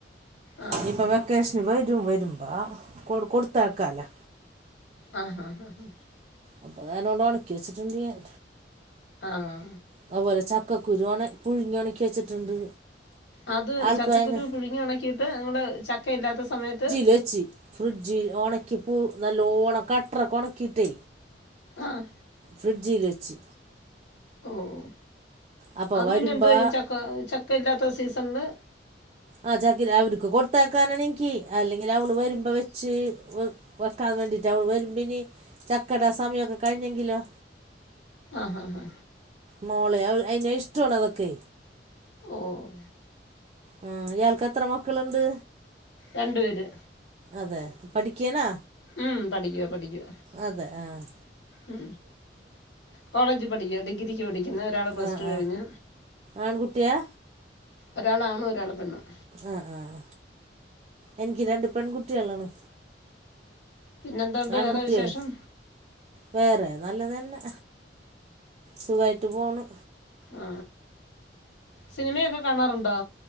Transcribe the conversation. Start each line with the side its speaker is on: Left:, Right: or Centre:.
Left: ആ
Right: ഇനിപ്പോ വെക്കേഷന് വരും വരുമ്പോ കൊ കൊടുത്തയക്കാലോ
Left: ആഹ് അഹ് അഹ്
Right: അപ്പ നേരം കൊണ്ട് ഒണക്കി വച്ചിട്ടുണ്ട് ഞാൻ
Left: ആഹ്
Right: അതുപോലെ ചക്കക്കുരു ഒണ പുഴുങ്ങി ഒണക്കി വെച്ചിട്ടുണ്ട്
Left: അത്
Right: ആൾക്ക്
Left: ചക്കക്കുരു
Right: ഭയങ്കര
Left: പുഴുങ്ങി ഉണക്കിയിട്ട് നമ്മള് ചക്കയില്ലാത്ത സമയത്ത്
Right: വെച്ചി ഫ്രിഡ്ജിൽ ഒണക്കിപ്പൂ നല്ലോണം കട്ടറോക്കെ ഒണക്കിട്ടേ
Left: ആഹ്
Right: ഫ്രജിയിൽ വച്ച്
Left: ഓഹ് ഓഹ്
Right: അപ്പോൾ
Left: അത്
Right: വരുമ്പോൾ
Left: പിന്നെ എന്ത്‌ ചെയ്യും ചക്ക ചക്ക ഇല്ലാത്ത സീസൺല്
Right: ആഹ് ചക്ക അവറീക്ക് കൊടുത്താക്കാനാണെങ്കി അല്ലെങ്കിൽ അവള് വരുമ്പോ വെച്ച്. വക്കാൻ വേണ്ടിട്ട് അവൾ വരുമ്പിനി ചക്കടാ സമയൊക്കെ കഴിഞ്ഞെങ്കിലോ.
Left: ആഹ് ഹ് ഹ്.
Right: മോളെ <unintelligible> ഇഷ്ടണ് അതൊക്കെ.
Left: ഓഹ്
Right: ഉം ഇയാൾക്ക് എത്ര മക്കളുണ്ട്.
Left: രണ്ടു പേര്.
Right: അതെ പഠിക്കേനാ.
Left: ഉം പഠിക്കവാ പഠിക്കുവ.
Right: അതെ ആഹ്.
Left: ഉ കോളേജ് പഠിക്കുന്നു ഡിഗ്രിക്ക് പഠിക്കുന്ന ഒരാള് പ്ലസ്
Right: ആ
Left: ടു കഴിഞ്ഞ്.
Right: ആ ആൺകുട്ടിയാ.
Left: ഒരാളാണും ഒരാൾ പെണ്ണും.
Right: ആഹ ആഹ എനിക്ക് രണ്ട് പെൺകുട്ടികളാണ്.
Left: പിന്നെന്തുണ്ട്
Right: ആൺകുട്ടിയല്ലേ
Left: വേറെ വിശേഷം
Right: വേറെ നല്ലതന്നെ സുഖായിട്ട് പോണ്.
Left: ആ സിനിമയൊക്കെ കാണാറുണ്ടോ.